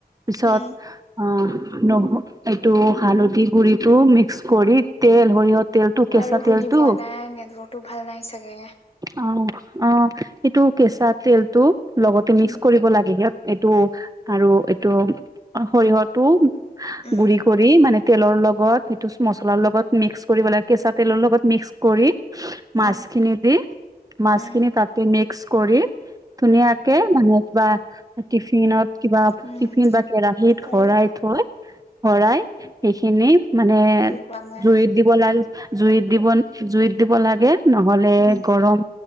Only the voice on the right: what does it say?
পিছত
আহ নহৰু এইটো হালধি গুৰিটো মিক্স কৰি তেল সৰিয়হ তেলটো কেঁচা
তেলটো
অ অ সেইটো কেঁচা তেলটো লগতে মিক্স
কৰিব লাগে সিহত এইটো আৰু এইটো সৰিয়হটো
গুৰি কৰি মানে তেলৰ লগত সেটো মচলাৰ লগত মিক্স কৰিব লাগে কেঁচা তেলৰ লগত মিক্স কৰি মাছখিনি
দি মাছখিনি
তাতে মিক্স কৰি ধুনীয়াকে
মানে কিবা টিফিনত কিবা
টিফিন বা কেৰাহিত ঘ
থৈ ভৰাই সেইখিনি মানে
জুইত দিব জুইত দিব জুইত দিব লাগে নহলে
গৰম